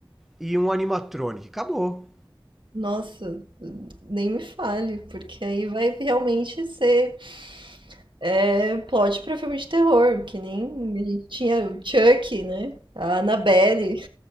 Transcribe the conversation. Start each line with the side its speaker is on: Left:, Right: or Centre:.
Centre: e um animatronic. Acabou.
Right: Nossa, nem me fale, porque aí vai realmente ser É plot pra filme de terror, que nem a gente tinha o Chuck, né? A Annabelle.